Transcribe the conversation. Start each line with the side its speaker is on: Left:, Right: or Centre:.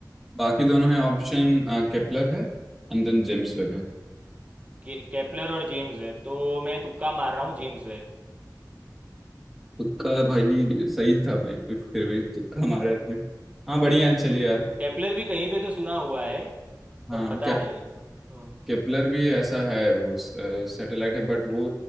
Centre: बाकी दोनों हैं ऑप्शन केपलर है एंड देन जेम्स वेब है
Right: के, केपलर और जेम्स वेब तो मैं तुक्का मार रहा हूँ जेम्स वेब
Centre: तुक्का भाई सही था भाई फिर भी तुक्का मारे आपने हाँ बढ़िया
Right: हाँ।
Centre: है चलिए यार
Right: केपलर भी कहीं पे तो सुना हुआ है पर
Centre: हाँ
Right: पता नहीं हम्म
Centre: केपलर भी ऐसा है वो सैटेलाइट है बट वो